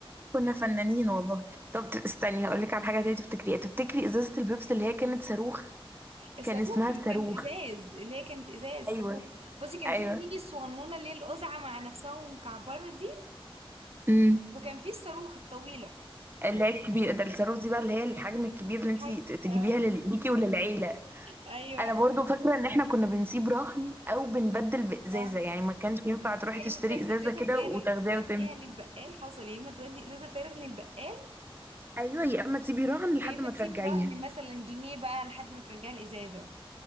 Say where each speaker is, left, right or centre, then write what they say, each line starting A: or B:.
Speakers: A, on the right (about 20°); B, on the right (about 80°).
A: كنا فنانين والله طب ت- استني هقول لك على حاجه تانية تفتكريها تفتكري ازازه البيبسي اللي هي كانت صاروخ
B: الصاروخ
A: كان اسمها
B: اللي
A: الصاروخ
B: كانت ازاز اللي هي كانت ازاز
A: ايوه
B: صاروخ بصي كان
A: ايوه
B: في ميني الصغنونه اللي هي القزعه مع نفسها ومكعبره دي
A: امم
B: وكان في الصاروخ الطويلة
A: اللي هي الكبيره ده الصاروخ دي بقى اللي هي الحجم الكبير اللي انت
B: حاجة
A: ت- تجيبيها
B: آه.
A: لل- ليكي وللعيله
B: أيوة
A: انا برضو فاكره ان احنا كنا بنسيب رهن او بنبدل بازازه
B: فاهمة.
A: يعني ما كانش ينفع تروحي
B: يا
A: تشتري
B: اما بتاخدي
A: ازازه
B: ازازة
A: كده
B: فارغ
A: وتاخديها
B: توديها
A: وتمشي
B: للبقال حصل يا اما تودي ازازة فارغ للبقال
A: ايوه يا اما تسيبي رهن لحد
B: يا اما
A: ما
B: تسيبي
A: ترجعيها
B: رهن مثلا جنيه بقى لحد ما ترجعي الازازة